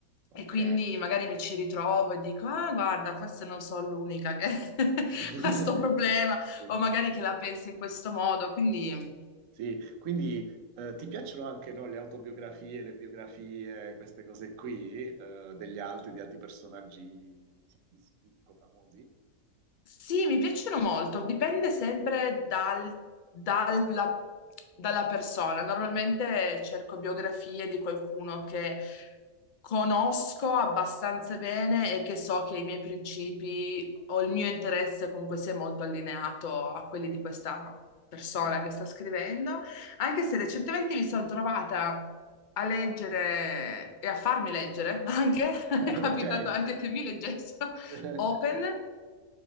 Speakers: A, on the right; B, on the left.
A: Ok.
B: e quindi magari mi ci ritrovo e dico, ah, guarda, forse non sono l'unica che <laughs>
A: <laughs>
B: ha sto problema
A: Sì.
B: o magari che la pensa in questo modo, quindi...
A: Sì, quindi eh, ti piacciono anche no, le autobiografie, le biografie, queste cose qui, eh, degli altri, di altri personaggi diciamo, di spicco famosi?
B: Sì, mi piacciono molto, dipende sempre dal- dalla, dalla persona. Normalmente cerco biografie di qualcuno che conosco abbastanza bene e che so che i miei principi o il mio interesse comunque sia molto allineato a quelli di questa persona
A: Mm.
B: che sta scrivendo, anche se recentemente mi sono trovata a leggere e a farmi leggere anche, <laughs> è
A: <laughs> Ok,
B: capitato anche che mi leggessero
A: <laughs>
B: Open